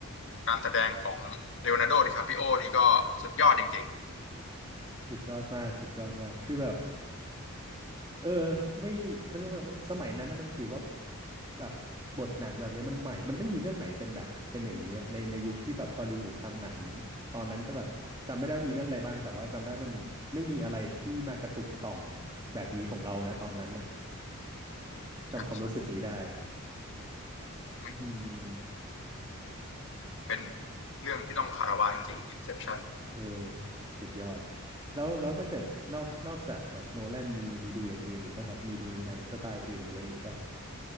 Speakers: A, on the left (about 55°); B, on the right (about 20°).
A: การแสดงของเลโอนาร์โดดิคาปิโอนี่ก็สุดยอดจริง
B: สุดยอดมากสุดยอดมากคือแบบเออไม่เขาเรียกว่าอะไรมันสมัยนั้นนะมันถือว่าแบบบทหนังแบบนี้มันใหม่มันไม่มีเรื่องไหนเป็นแบบเป็นอย่างนี้อะในในยุคที่แบบฮอลลีวูดทำหนังตอนนั้นก็แบบจำไม่ได้ว่ามีเรื่องอะไรบ้างแต่ว่าจำได้มันไม่มีอะไรที่มากระตุกต่อมแบบนี้ของเรานะตอนนั้นนะ
A: ๆใช่ใช่
B: จำความรู้สึกนี้ได้
A: อืม
B: อืม
A: เป็นเรื่องที่ต้องคารวะจริงๆ Inception
B: เออสุดสุดยอดแล้วแล้วถ้าเกิดนอกนอกจากแบบโนแลนมีมีดูอย่างอื่นอีกป่ะครับมีดูหนังสไตล์อื่นหรืออะไรอย่างงี้ป่ะครับ